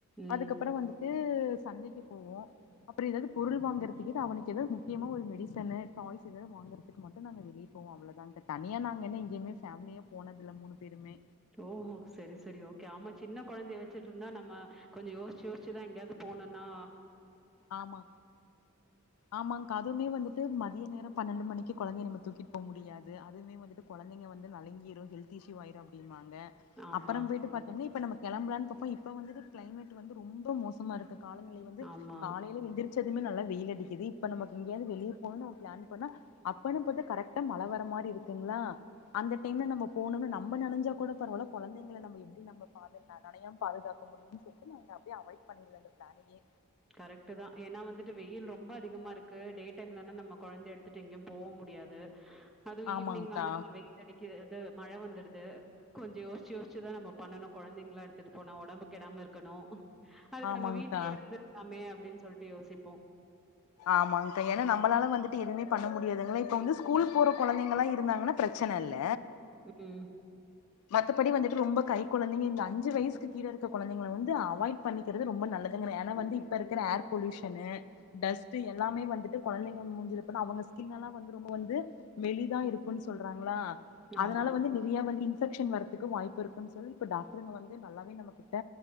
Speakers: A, in the centre; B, on the left (about 80°).
A: ம்.
B: அதுக்கப்பறம் வந்துட்டு <unintelligible> சந்தைக்கு போவோம் அப்பறம் எடுத் பொருள் வாங்றதுக்கு அவனுக்கு எதாவது முக்கியமா ஒரு மெடிசனு டாய்ஸ் எதாவது வாங்கறதுக்கு மட்டும் நாங்க வெளிய போவம் அவ்ளோதாங்கே தனியா நாங்க எங்கயுமே பேமிலியா போனதில்ல மூணு பேருமே
A: ஓஹோ சரி சரி ஓகே ஆமா சின்ன கொழந்தைய வச்சிட்டு இருந்தா நம்ம கொஞ்சம் யோசிச்சு யோசிச்சுதா எங்கேயாவது போகணும்னா
B: ஆமா ஆமாங்கா அதுவுமே வந்துட்டு மதிய நேரம் பன்னெண்டு மணிக்கு கொழந்தைய நம்ம தூக்கிட்டு போக முடியாது அதுவே வந்துட்டு கொழந்தைங்க வந்து நலுங்கிரும் ஹெல்த் இஸ்யூ ஆய்ரும் அப்டிம்பாங் <unintelligible>
A: ஆமா,
B: அப்பறம் போயிட்டு பாத்தோம்னா இப்ப நம கிளம்புறானு பாப்பம் இப்ப வந்துட்டு கிளைமேட் வந்து ரொம்ப மோசமா இருக்கு காலநிலை வந்து
A: ஆமா.
B: காலையில எந்திரிச்சு இன்னுமே நல்லா வெயில் அடிக்குது இப்ப நமக்கு எங்கயாவது வெளிய போகணு பிளான் பண்ணா அப்ப ன்னுபாத்தா கரெக்டா மழ வர் அந்த மாதிரி இருக்குங்களா அந்த டைம்ல நம்ம போனுனு நம்ம நெனஞ்சா கூட பரவால்ல கொழந்தைங்கள நம்ம எப்படி நம்ம பாத்து நெனயாம பாதுகாக்கணும் <unintelligible> <unintelligible> அப்டியே அவாய்ட் பண்ணிரலா அந்த பிளானையே
A: கரெக்ட் தா ஏனா வந்துட்டு வெயில் ரொம்ப அதிகமா இருக்கு டே டைம்லென்னா நம்ம கொழந்தைய எடுத்துட்டு எங்கயும் போக முடியாது அதுவ்
B: ஆமாங்க்கா
A: ஈவ்னிங் ஆனா வெயில் அடிக் அ இது மழை வந்துடுது கொஞ்ச யோசிச்சு யோசிச்சுதா நம்ம பண்ணணு குழந்தைங்களா எடுத்துட்டு போனா ஒடம்பு கெடாம இருக்கணு அதுக்கு
B: ஆமாங்க்கா
A: நம்ம வீட்லயே இருந்து மே அப்டின்னு சொல்ட்டு யோசிப்போம்
B: ஆமாங்க்கா ஏன்னா நம்மளால வந்துட்டு எதுவுமே பண்ண முடியாதுங்களா இப்போ வந்து ஸ்கூல் போற கொழந்தைங்களா இருந்தாங்கன்னா பிரச்சன இல்ல
A: ஓகே
B: மத்தபடி வந்துட்டு ரொம்ப கை குழந்தைங்க இந்த அஞ்சு வயசுக்கு கீழ இருக்குற கொழந்தைங்கள வந்து அவாய்ட் பண்ணிக்கிறது ரொம்ப நல்லதுங்கறே ஏன்னா வந்து இப்ப இருக்குற ஏர் பொல்யூஷனு டஸ்ட்டு எல்லாமே வந்துட்டு கொழந்தைங்க மூஞ்சில போ அவுங்க ஸ்கின் எல்லா வந்து ரொம்ப வந்து மெளிதா இருக்கோன்னு சொல்றாங்களா
A: ஆமா.
B: அதனால வந்து நிறைய வந்து இன் இன்ஃபெக்க்ஷன் வரத்துக்கு வாய்ப்பிருக்குன்னு சொல்லி இப்ப டாக்டருங்க வந்து நல்லாவே நம்ம கிட்ட